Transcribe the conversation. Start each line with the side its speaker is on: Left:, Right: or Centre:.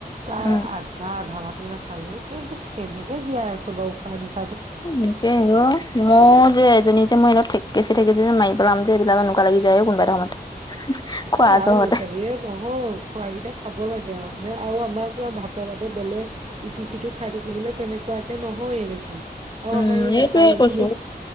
Right: প্ৰায়
Left: উম
Right: আঠ তাৰ আধা ভাতো নেখালো এ তই কেনেকে জীয়াই আছো বাৰু খা
Left: এনেকেই আৰু মই যে এজনী। মই যে ঠেকেছি ঠেকেছি যেন মাৰি পেলাম যে এইবিলাক এনেকুৱা লাগি যায় ও কোনবা এটা সময়ত। খোৱা
Right: এ আৰু
Left: জহতে।
Right: ল'ৰা ছোৱালীয়ে নহয় খোৱাকিটা খাব লাগে আৰু নে আৰু আমাৰ চোৱা ভাতৰ ভাত বেলেগ ইটো সিটো খাই থাকিবলৈ তেনেকুৱাকে নহয়েই দেকোন। অ
Left: উম
Right: আমাৰ এই নাখায়য়ে
Left: এইটোয়ে কৈছো
Right: তুমি,